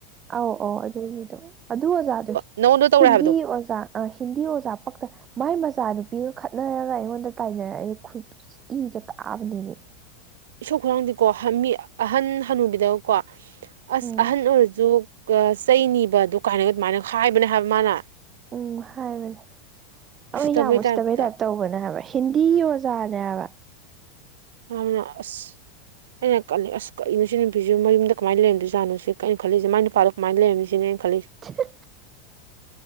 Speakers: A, on the right; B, on the right.
A: ꯑꯧ ꯑꯧ ꯑꯗꯨꯒꯤꯗꯣ ꯑꯗꯨ ꯑꯣꯖꯥꯗꯨꯣ
B: ꯅꯉꯣꯟꯗ ꯇꯧꯔꯦ
A: ꯍꯤꯟꯗꯤ
B: ꯍꯥꯏꯕꯗꯣ
A: ꯑꯣꯖꯥ ꯑ ꯍꯤꯟꯗꯤ ꯑꯣꯖꯥ ꯄꯛꯇ ꯃꯥꯏ ꯃꯆꯥꯅꯨꯄꯤꯒ ꯈꯠꯅꯔꯒ ꯑꯩꯉꯣꯟꯗ ꯇꯥꯏꯅꯔꯛꯑꯦ ꯏ ꯆꯀ ꯑꯕ ꯅꯕꯦ
B: ꯏꯁꯣꯛ ꯈꯨꯗꯥꯥꯡꯗꯤꯀꯣ ꯃꯤ ꯑꯍꯟ ꯍꯟꯅꯨꯕꯤꯗꯀꯣ ꯑꯁ
A: ꯎꯝ
B: ꯑꯍꯟ ꯑꯣꯏꯔꯁꯨ ꯆꯩꯅꯤꯕ ꯑꯗꯨ ꯀꯥꯏꯅꯒ ꯑꯗꯨꯃꯥꯏꯅ ꯍꯥꯏꯥꯏꯕꯅꯦ ꯍꯥꯏꯕ ꯃꯥꯅ
A: ꯎꯝ ꯍꯥꯏꯕꯅꯦ ꯑꯩꯈꯣꯏ
B: ꯎꯁꯤꯠꯇꯕꯩ
A: ꯌꯥꯝꯕꯨ
B: ꯇꯥꯏꯞꯇ
A: ꯁꯤꯠꯇꯕꯩ ꯇꯥꯏꯞ ꯇꯧꯕꯅꯦ ꯍꯥꯏꯕ ꯍꯤꯟꯗꯤꯒꯤ ꯑꯣꯖꯥꯅꯦꯕ
B: ꯑꯅ ꯑꯁ ꯑꯩꯅ ꯈꯜꯂꯤ ꯑꯁ ꯀꯏ ꯉꯁꯤ ꯅꯨꯄꯤꯁꯤꯁꯨ ꯃꯌꯨꯝꯗ ꯀꯃꯥꯏꯅ ꯂꯩꯔꯝꯣꯏꯖꯥꯅꯣ ꯁꯤ ꯑꯩꯅ ꯈꯜꯂꯤꯁꯦ ꯃꯒꯤ ꯅꯨꯄꯥꯗꯣ ꯁꯨꯃꯥꯏꯅ ꯂꯩꯔꯃꯤꯁꯤꯅꯦꯅ ꯈꯜꯂꯤꯁꯤ
A: <inaudible>